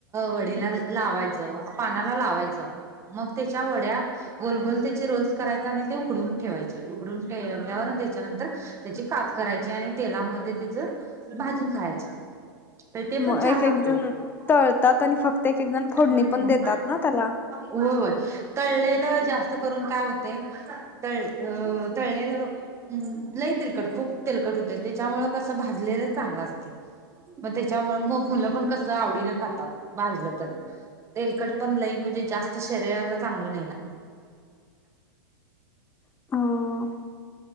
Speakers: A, on the right (about 20°); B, on the left (about 15°).
A: वडीला लावायचं. पानाला लावायचं मग त्याच्या वड्या गोल ते. रोल्स कराय आणि ते उघडून ठेवायचे उघडून. ठेवल्यावर त्याच्यानंतर त्याची काप करायची आणि तेलामध्ये तेच. भाजून खायच. ते
B: मग
A: पण छान
B: एक
A: लागतंय.
B: एक जण
A: <unintelligible>
B: तळतात आणि फक्त एक एक जण फोडणी पण देतात ना त्याला
A: होय होय. तळलेलं जास्त करून काय होतंय तळ अ तळलेलं. लय तेलकट खूप तिलकट होतंय त्याच्यामुळ कसं भाजलेलं चांगल असतंय. मग त्याच्यामुळे मुलं पण कस आवडीनं खातात भाजलं तर. तेलकट पण लई म्हणजे जास्त शरीराला चांगलं नाही ना.
B: अं हा.